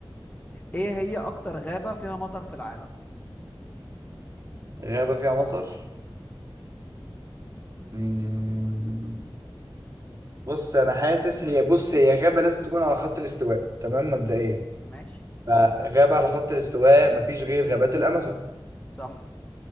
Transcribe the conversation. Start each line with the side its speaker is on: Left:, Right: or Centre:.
Left: ايه هي اكتر غابه فيها مطر في العالم
Right: غابة فيها مطر مم. بص انا حاسس هي بص هي غابة لازم تكون على خط الاستواء تمام مبدئيا
Left: ماشي
Right: فغابة على خط الاستواء مفيش غير غابات الأمازون
Left: صح